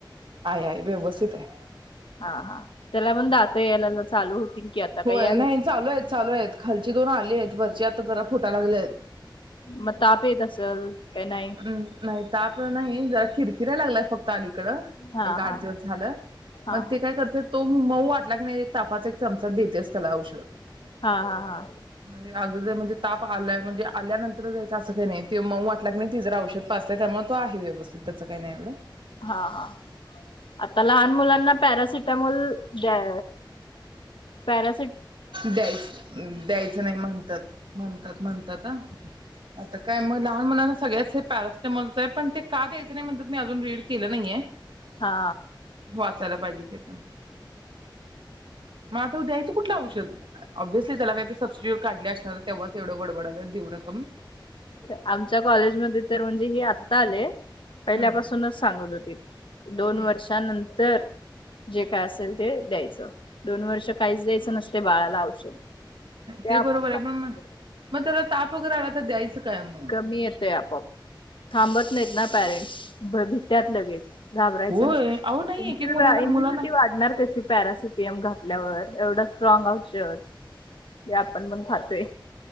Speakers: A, on the right; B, on the left.
A: आहे आहे आहे. व्यवस्तीत आहे.
B: हा हा त्याला मण दात यायला ना चालू होतील. की आता काही
A: होय
B: यायला
A: नाही चालू आहेत, चालू आहेत खालची दोन आली आहेत वरची आता जरा फुटा लागल्यात
B: मग ताप येत असेल काही नाही?
A: हम् नाही ताप नाही कीरकिरा लागलाय फक क्त आलिकड
B: हां,
A: एक आठ
B: हां.
A: दिवस झालं.
B: हां,
A: पण
B: हां.
A: ती काय करत तो मऊ वाटला की नाही एक तापाचा एक चमचा देत्याच. तेला आऊषद
B: हां, हां, हां.
A: म्हण अग म्हणजे ताप आ म्हणजे आल्यानंतर द्यायचं असं काय नाही ते मऊ वाटला क नाही ति जर औषध पाजते त्यामुळ तो आहे व्यवस्थित त्याचं काय नाय एवढं
B: हा हा आता लहान मुलांना पॅरासिट टिमोल दया पॅरा
A: द्यायच द्यायचं नाही म्हणतात म्हणतात म्हणतात आ आता काय म लहान मुलांनाच सगळ्याच हे पॅरासिटिमलच ये पण ते का द्यायचं नाय म्हणतात मी अजून रीड केलं नाहीये.
B: हा
A: वाचायला पाहिजे ते पण म आता ओ द्यायचं कुठलं औष ऑब्सली त्याला काहीतर सबसिड्युट काढले असणार, तेव्हाच एवढं बडबडाला लागलेत देऊ नका म्हणून
B: आमच्या कॉलेजमध्ये तर म्हणजे हे आता आले पहिल्यापासूनच
A: हम्म
B: सांगत होती. दोन
A: हम्म.
B: वर्षानंतर जे काय असेल ते द्यायचं. <inaudible> दोन वर्ष काहीच द्यायचं नसतय बाळाला औषध
A: ते
B: आपोआप
A: बरोबर आहे
B: कमी
A: पण म म त्याला ताप वगैरे आला तर द्यायचं काय? मग?
B: कमी येतय आपोआप थांबत नाहीत ना पॅरेंटस भित्यात लगेच घाबरायचं
A: होय
B: नाय
A: अहो नाही
B: तुमची
A: एक एक मुला
B: इम्युनिटी
A: मुलांना
B: वाढणार कशी पॅरासिपियम घाब आपल्यावर एवढं स्ट्रॉग औषध जे आपण पण खातोय